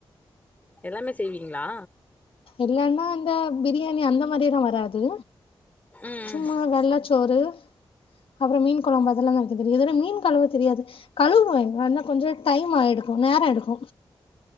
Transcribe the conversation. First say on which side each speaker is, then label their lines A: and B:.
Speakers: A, on the left; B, on the left.
A: எல்லாமே செய்வீங்களா
B: எல்லான்னா இந்த பிரியாணி அந்த மாரிலா வராது
A: ம்
B: சும்மா வெள்ளச்சோறு அப்புறோ மீன் கொழம்பு அதல்லா நா வெக்க தெரியு இதோட மீன் கழுவ தெரியாது கலுவுவ ஆனா கொஞ்சோ டைம் ஆய்டுக்கோ நேரோ எடுக்கோ